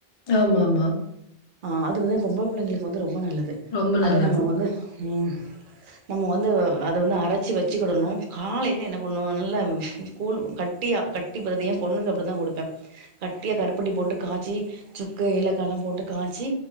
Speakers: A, on the left; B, on the right.
A: ஆமாம்மா
B: ஆ அது வந்து பொம்பள புள்ளைங்களுக்கு வந்து ரொம்ப நல்லது
A: ரொம்ப
B: அத
A: நல்லது.
B: நம்ம வந்து ம் நம்ம வந்து அத வந்து அரச்சி வச்சுக்கிடணு காலைல என்ன பண்ணூ நல்ல கூழ் கட்டியா கட்டி பாதி ஏன் பொண்ணுக்கு அப்டிதா குடுப்ப கட்டியா கருப்பட்டி போட்டு காய்ச்சி சுக்கு ஏலக்காலா போட்டு காச்சி